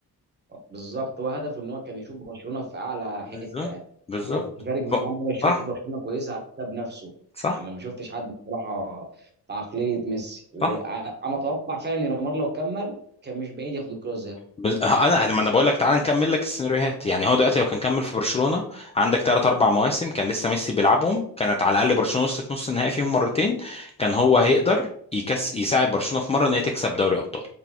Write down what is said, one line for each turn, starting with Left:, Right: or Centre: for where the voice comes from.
Right: بالظبط هو هدفه ان هو كان يشوف برشلونة في اعلى حتة
Left: بالظبط
Right: يعني
Left: بالظبط
Right: فكان فارق معاه
Left: ف-
Right: ان هو يشوف
Left: صح
Right: برشلونة كويسة على حساب نفسه
Left: صح
Right: يعني انا ما شفتش حد بصراحة في عقلية ميسي وانا
Left: صح
Right: اتوقع فعلا ان نيمار لو كمل كان مش بعيد ياخد الكرة
Left: بز... انا انا يعني ما انا بقول لك تعال نكمل لك السيناريوهات يعني هو دلوقتي لو كان كمل في برشلونه عندك ثلاث اربع مواسم كان لسه ميسي بيلعبهم كانت على الاقل برشلونه وصلت نص النهائي فيهم مرتين كان هو هيقدر يكس يساعد برشلونه في مره ان هي تكسب دوري ابطال